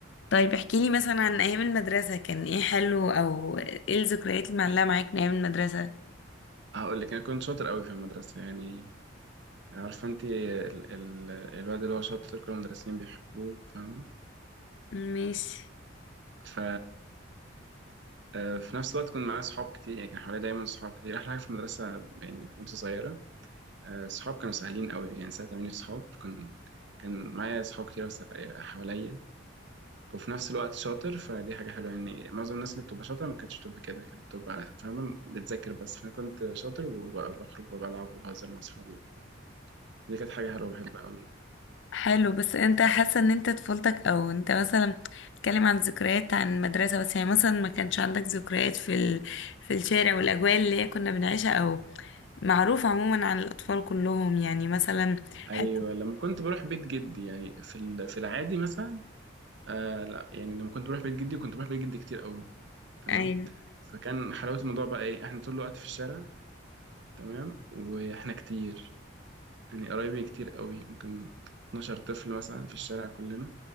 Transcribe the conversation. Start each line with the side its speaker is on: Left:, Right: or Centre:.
Left: طيب احكي لي مثلا عن ايام المدرسة كان ايه حلو او ايه الذكريات اللي معلقة معاك من ايام المدرسة
Right: هقول لك انا كنت شاطر قوي في المدرسه يعني عارفه انت ال... ال... الواد اللي هو شاطر كل المدرسين بيحبوه فاهمه
Left: ماشي
Right: ف آه، في نفس الوقت كنت معايا صحاب كتير يعني كان حوالي دايما صحاب كتير احلى حاجه في المدرسه يعني وانت صغيره آه، صحاب كانوا سهلين قوي يعني ساعة ما عملي صحاب كان كان معايا صحاب كتير وس- حواليا وفي نفس الوقت شاطر فدي حاجة حلوة يعني معظم الناس اللي بتبقى شاطرة ما كانتش بتبقى كده كانت بتبقى فاهمة بتذاكر بس فأنا كنت شاطر وبخرج وبلعب وبهزر مع صحابي وبتاع دي كانت حاجة حلوة بحبها أوي
Left: حلو بس انت حاسه ان انت طفولتك او انت مثلا بتتكلم عن ذكريات عن المدرسه بس يعني مثلا ما كانش عندك ذكريات في ال... في الشارع والاجواء اللي هي كنا بنعيشها او معروف عموما عن الاطفال كلهم يعني مثلا
Right: أيوة
Left: حته
Right: لما كنت بروح بيت جدي يعني في ال- في العادي مثلا آه لا يعني لما كنت بروح بيت جدي كنت بروح بيت جدي كتير قوي تمام
Left: ايوه
Right: فكان حلاوة الموضوع بقى إيه إحنا طول الوقت في الشارع تمام واحنا كتير يعني قرايبي كتير قوي ممكن 12 طفل مثلا في الشارع كلنا